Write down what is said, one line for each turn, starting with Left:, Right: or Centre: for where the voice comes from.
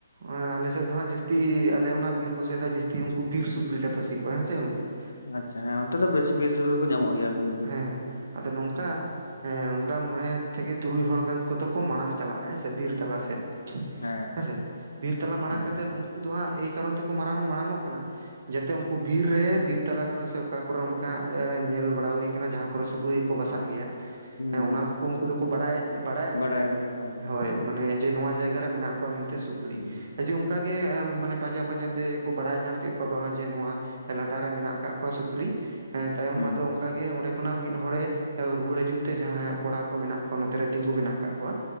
Right: ᱮᱸᱻ ᱟᱞᱮ ᱥᱮᱫ ᱫᱚ ᱦᱟᱸᱜ ᱡᱟᱹᱥᱛᱤ ᱟᱞᱮ ᱚᱱᱟ ᱵᱤᱨ ᱠᱚᱥᱮᱫ ᱫᱚ ᱡᱟᱹᱥᱛᱤ ᱩᱱᱠᱩ ᱵᱤᱨ ᱥᱩᱠᱨᱤ ᱞᱮ ᱯᱟᱹᱥᱤ ᱠᱚᱣᱟ ᱦᱮᱸ ᱥᱮ ᱜᱚᱝᱠᱮ ᱾
Left: ᱟᱪᱪᱷᱟ, ᱦᱮᱸ ᱚᱱᱛᱮ ᱫᱚ ᱵᱮᱥᱤ ᱵᱤᱨ ᱥᱩᱠᱨᱤ ᱠᱚ ᱧᱟᱢᱚᱜ ᱜᱮᱭᱟ ᱵᱤᱨ ᱵᱤᱨ
Right: ᱦᱮᱸ ᱦᱮᱸ ᱟᱫᱚ ᱱᱚᱝᱠᱟ
Left: ᱦᱮᱸ
Right: ᱦᱮᱸ ᱚᱱᱠᱟ ᱢᱚᱬᱮ ᱛᱷᱮᱠᱮ ᱛᱩᱨᱩᱭ ᱦᱚᱲ ᱜᱟᱱ ᱠᱚᱫᱚ ᱠᱚ ᱢᱟᱲᱟᱝ ᱪᱟᱞᱟᱜᱼᱟ ᱦᱮᱸ ᱥᱮ ᱵᱤᱨ ᱛᱟᱞᱟ ᱥᱮᱫ᱾
Left: ᱦᱮᱸ
Right: ᱦᱮᱸᱥᱮ ᱵᱤᱨ ᱛᱟᱞᱟ ᱢᱟᱲᱟᱝ
Left: ᱦᱮᱸ
Right: ᱠᱟᱛᱮᱫ ᱩᱱᱠᱩ ᱫᱚ ᱦᱟᱸᱜ ᱮᱭ ᱠᱟᱨᱚᱱ ᱛᱮᱠᱚ ᱢᱟᱨᱟᱝ ᱢᱟᱲᱟᱝ ᱚᱜ ᱠᱟᱱᱟ ᱡᱟᱛᱮ ᱩᱱᱠᱩ ᱵᱤᱨ ᱨᱮ ᱵᱤᱨ ᱛᱟᱞᱟ ᱠᱚᱨᱮ ᱥᱮ ᱚᱠᱟ ᱠᱚᱨᱮ ᱚᱱᱠᱟ ᱦᱟᱸᱜ ᱧᱮᱞ ᱵᱟᱲᱟ ᱦᱩᱭ ᱠᱟᱱᱟ ᱡᱟᱦᱟᱸ ᱠᱚᱨᱮ ᱥᱩᱠᱨᱤ ᱠᱚ ᱵᱟᱥᱟᱜ ᱜᱮᱭᱟ ᱾
Left: ᱦᱩᱸ
Right: ᱚᱱᱟ
Left: ᱦᱩᱸ
Right: ᱠᱚᱠᱚ ᱩᱱᱠᱩ ᱫᱚᱠᱚ ᱵᱟᱲᱟᱭ ᱵᱟᱲᱟᱭ ᱟᱜᱩᱭᱟ
Left: ᱵᱟᱰᱟᱭᱟᱠᱚ ᱦᱮᱸ
Right: ᱦᱚᱭ
Left: ᱦᱮᱸ
Right: ᱢᱟᱱᱮ ᱡᱮ ᱱᱚᱣᱟ ᱡᱟᱭᱜᱟ ᱨᱮ ᱢᱮᱱᱟᱜ ᱠᱚᱣᱟ ᱢᱮᱱᱛᱮ ᱥᱩᱠᱨᱤ᱾
Left: ᱦᱩᱸ
Right: ᱡᱮ ᱚᱱᱠᱟ ᱜᱮ ᱢᱟᱱᱮ ᱯᱟᱸᱡᱟ ᱯᱟᱸᱡᱟ ᱛᱮ ᱠᱚ ᱵᱟᱲᱟᱭ ᱧᱟᱢ ᱠᱮᱫ ᱠᱚᱣᱟ ᱵᱟᱝᱟ ᱡᱮ ᱱᱚᱣᱟ ᱞᱟᱴᱟ ᱨᱮ ᱢᱮᱱᱟᱜ ᱟᱠᱟᱜ ᱠᱚᱣᱟ ᱥᱩᱠᱨᱤ ᱾ ᱤᱱᱟᱹ ᱛᱟᱭᱚᱢ
Left: ᱦᱩᱸ
Right: ᱟᱫᱚ ᱚᱱᱠᱟᱜᱮᱸ ᱚᱸᱰᱮ ᱠᱷᱚᱱᱟᱜ ᱢᱤᱫ ᱦᱚᱲᱮ ᱨᱩᱣᱟᱹᱲ ᱦᱤᱡᱩᱜ ᱛᱮ ᱡᱟᱦᱟᱸ ᱠᱚᱲᱟ ᱠᱚ ᱢᱮᱱᱟᱜ ᱠᱚᱣᱟ ᱱᱚᱛᱮᱨᱮ ᱛᱤᱸᱜᱩ ᱢᱮᱱᱟᱜ ᱠᱟᱜ ᱠᱚᱣᱟ